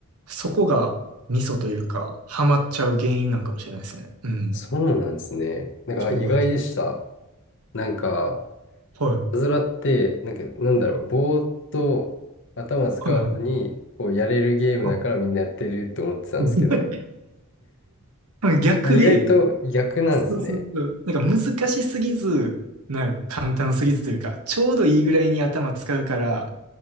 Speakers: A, on the right (about 85°); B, on the left (about 55°).
A: そこがミソというか、ハマっちゃう原因なんかもしれないですね。うん。
B: そうなんですね。なんかあ意外でした。
A: そうです。
B: なんか、
A: はい。
B: いたずらって、なんか、なんだろう、ぼーっと頭使わずに、
A: はいはい。
B: こう、やれるゲームだからみんなやってると思ってたんですけど、
A: あ、うん <laughs> 逆で、
B: いや、意外と逆なんですね。
A: そうそうそう。なんか難しすぎず、なんか簡単すぎずというか、ちょうどいいぐらいに頭使うから、